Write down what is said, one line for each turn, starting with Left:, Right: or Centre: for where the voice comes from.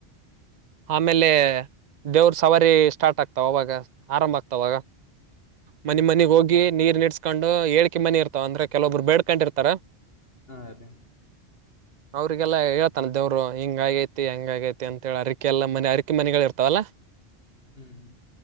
Right: ಆಮೇಲೆ ದೇವ್ರ ಸವಾರಿ ಸ್ಟಾರ್ಟ್ ಸ್ಟಾರ್ಟ್ ಆಗ್ತಾವ ಅವಾಗ ಆರಂಭ ಆಗ್ತಾವಾಗ ಮನೆ
Left: ಹ್ಮ್
Right: ಮನೆಗ್ ಹೋಗಿ ನೀರ್ ನೀಡ್ ಕಸ್ಕೊಂಡು ಏಳ್ಕ ಮನೆ ಇರ್ತವ ಅಂದ್ರೆ ಕೆಲವೊಬ್ರು ಬೇಡ್ಕೊಂಡಿರ್ತಾರ
Left: ಹಾರಿ
Right: ಅವ್ರಿಗೆಲ್ಲ ಹೇಳ್ತಾನ ದೇವರು ಹಿಂಗ ಆಗೈತಿ ಹಂಗ ಆಗೈತಿ ಅಂತ ಹೇಳ ಅರಿಕೆಲ್ಲ ಮನೆ ಅರಿಕೆ ಮನೆಗಳ ಇರ್ತಾವಲ್ಲ.
Left: ಹ್ಮ್